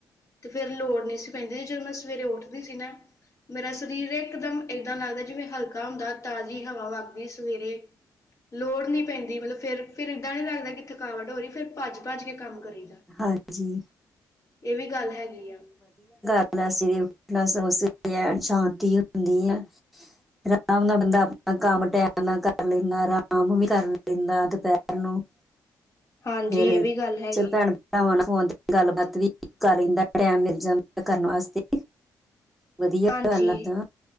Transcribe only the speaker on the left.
ਤੇ ਫੇਰ ਲੋੜ ਨੀ ਸੀ ਪੈਂਦੀ ਸੀ ਜਦੋਂ ਮੈਂ ਸਵੇਰੇ ਉੱਠਦੀ ਸੀ ਨਾ ਮੇਰਾ ਸਰੀਰ ਇੱਕ ਦਮ ਏਦਾਂ ਲੱਗਦਾ ਜਿਵੇਂ ਹਲਕਾ ਹੁੰਦਾ ਤਾਜ਼ੀ ਹਵਾ ਵੱਗਦੀ ਸਵੇਰੇ ਲੋੜ ਨੀ ਪੈਂਦੀ ਮਤਲਬ ਫਿਰ, ਫਿਰ ਇੱਦਾਂ ਨੀ ਲੱਗਦਾ ਕਿ ਥਕਾਵਟ ਹੋ ਰਹੀ ਫਿਰ ਭੱਜ, ਭੱਜ ਕੇ ਕੰਮ ਕਰੀ ਦਾ,
ਏ ਵੀ ਗੱਲ ਹੈਗੀ ਆ।
ਹਾਂਜੀ
ਇਹ ਵੀ ਗੱਲ ਹੈਗੀ
ਹੈ
ਹਾਂਜੀ